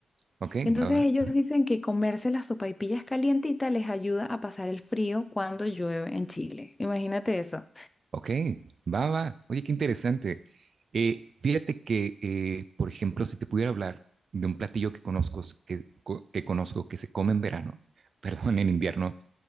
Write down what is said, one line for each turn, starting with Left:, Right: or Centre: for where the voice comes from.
Right: ok,
Left: Entonces
Right: va, va,
Left: ellos dicen que comerse las sopaipillas calientitas les ayuda a pasar el frío cuando llueve en Chile. Imagínate eso.
Right: ok, va, va. Oye, qué interesante. Eh, fíjate que, eh, por ejemplo, si te pudiera hablar de un platillo que conozco, que, co- que conozco, que se come en verano, <laughs> perdón, en invierno,